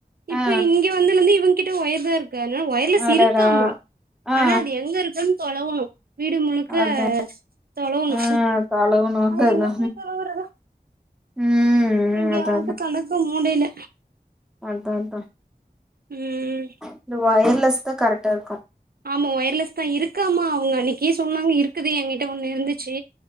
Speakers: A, on the right; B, in the centre.
A: இப்ப
B: ஆ
A: இங்க வந்துனந்து இவன் கிட்ட ஒயர் தாரு க னா ஒயர்லஸ்
B: ஆ அடடா
A: இருக்காமா
B: ஆ ஆ
A: ஆனா அது எங்க இருக்குன் தொலவணு வீடு முழுக்க
B: அதா
A: தொலவணு
B: ஆ தொலவுணு வந்து
A: அது எங்க
B: அதா
A: போய் தொலவுரதோ
B: ம்
A: எங்யாவ்து
B: அதா
A: கடக்கும் மூடைய்ல
B: அன்த்தா தா
A: ம்
B: இந்த வயர்லெஸ் தா கரக்டாருக்கு
A: ஆமா ஒயர்லெஸ் தா இருக்கு அம்மா அவ்ங் அன்னிக்கே சொன்னாங்க இருக்குது என்கிட் ட்ட ஒண்ணு இருந்துச்சி